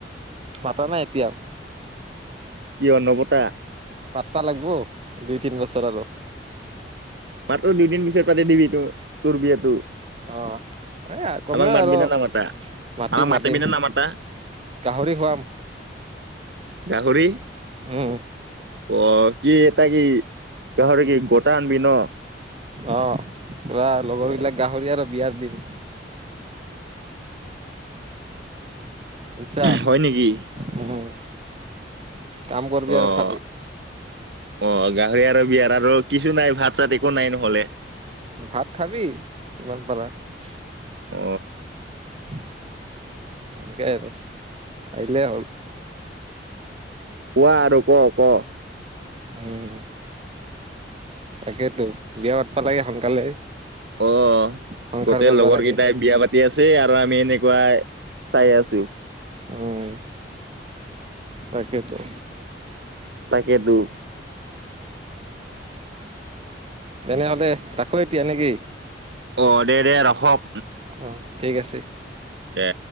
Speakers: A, on the right; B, on the right.
A: পাতা নাই এতিয়াও।
B: কিয় নাপাতা?
A: পাতিব লাগিব, দুই তিন বছৰ আৰু।
B: মাত্ৰ দুইদিন পিছত পাতি দিবি, তোৰ বিয়াটো।
A: অ এ, কমে
B: আমাক মাতবি
A: আৰু
B: নে নামাতা?
A: মাতিম,
B: আমাক মাতিবি
A: মাতিম।
B: নে নামাতা?
A: গাহৰি খুৱাম।
B: গাহৰি
A: উম
B: অ', কি এটা কি, গাহৰি কি, গোটা আনবি ন'?
A: অ', পুৰা লগৰ
B: অ',
A: বিলাক গাহৰি আৰু বিয়াত দিম। বুইছা?
B: হয় নেকি?
A: উম। কাম কৰিবি আৰু
B: অ। অ',
A: খাবি
B: গাহৰি আৰু বিয়াৰ আৰু, কিছু নাই ভাত চাত একো নাই, নহলে।
A: ভাত খাবি, যিমান পাৰা। সনেকে
B: অ
A: আৰু, আহিলে হ'ল।
B: কোৱা আৰু, ক' ক'।
A: উম তাকেইেতো, বিয়া পাতব লাগে সোনকালে।
B: অহ
A: সংসাৰ
B: গোটেই
A: কৰবা
B: লগৰ
A: লাগে
B: কেইটাই বিয়া পাতি আছে, আৰু আমি এনেকুৱাই। চাই আছো
A: উম, তাকেইেতো।
B: তাকেইতো।
A: তেনেহলে, ৰাখোঁ এতিয়া, নে কি?।
B: অ', দে দে ৰখক।
A: ওম ঠিক আছে।
B: দে।